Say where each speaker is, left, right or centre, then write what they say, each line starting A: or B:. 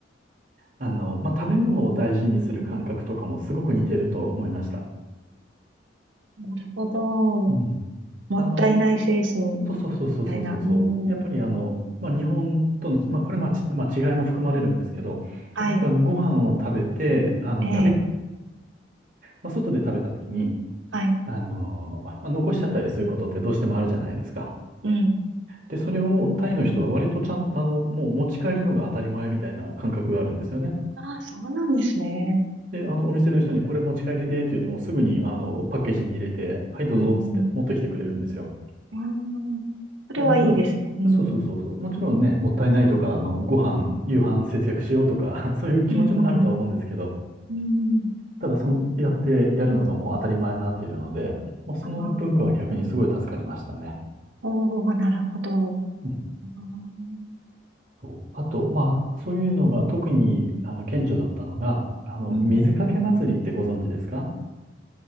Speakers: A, on the right (about 45°); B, on the right (about 85°).
A: あの、まあ食べ物を大事にする感覚とかもすごく似てると思いました。
B: なるほど。
A: うん。
B: もったいない精神み
A: あの、そうそうそうそうそうそうそう。
B: たいな。うん。
A: やっぱりあの、まあ、日本との、まあ、これまあ、ちまあ、違いも含まれるんですけど、
B: はい。
A: 例えばご飯を食べて、あの、
B: ええ。
A: 食べ、まあ、外で食べた時に、
B: はい。
A: あの、まあ、残しちゃったりすることってどうしてもあるじゃないですか。
B: うん。
A: で、それをタイの人は割とちゃん、あの、もう持ち帰るのが当たり前みたいな感覚があるんですよね。
B: ああ、そうなんですね。
A: で、あの、お店の人にこれ持ち帰りでって言うともうすぐに、あの、パッケージに入れて、はい、どうぞっつって持ってきてくれるんですよ。
B: うん。うん。あん。それはいいですね。
A: まあもちろん、
B: うん。
A: そうそうそうそう、もちろんね、もったいないとか、あの、ご飯、夕飯節約しようとか、<laughs> そういう気持ちもあるとは思うんですけど、
B: うん。うん。うん。
A: ただその、やってやるのがもう当たり前になっているので、まあその文化は逆にすごい助かりましたね。
B: ああ。おお、なるほど。
A: うん
B: あー
A: そうあと、まあそういうのが特に、あの、顕著だったのが、あの、
B: うん。
A: 水かけ祭りってご存知ですか